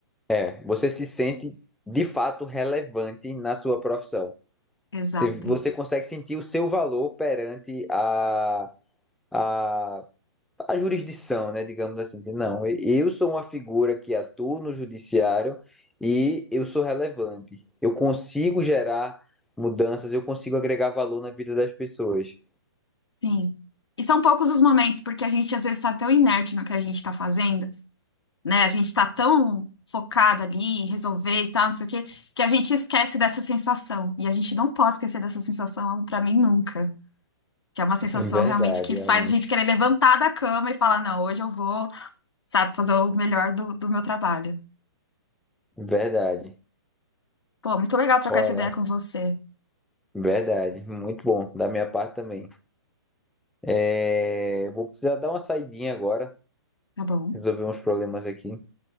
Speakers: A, in the centre; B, on the left.
A: É, você se sente de fato relevante na sua profissão.
B: Exato.
A: Você, você consegue sentir o seu valor perante a, a, a jurisdição, né? Digamos assim, dizer, não, eu sou uma figura que atua no judiciário e eu sou relevante. Eu consigo gerar mudanças, eu consigo agregar valor na vida das pessoas.
B: Sim. E são poucos os momentos, porque a gente às vezes tá tão inerte no que a gente tá fazendo, né? A gente tá tão focado ali, em resolver e tal, não sei o quê, que a gente esquece dessa sensação. E a gente não pode esquecer dessa sensação, pra mim, nunca. Que é uma sensação
A: É Verdade,
B: realmente que faz
A: Agnes.
B: a gente querer levantar da cama e falar, não, hoje eu vou, sabe, fazer o melhor do, do meu trabalho.
A: Verdade.
B: Pô, muito legal trocar
A: Olha,
B: essa ideia com você.
A: verdade. Muito bom, da minha parte também. É, vou precisar dar uma saidinha agora,
B: Tá bom.
A: resolver uns problemas aqui.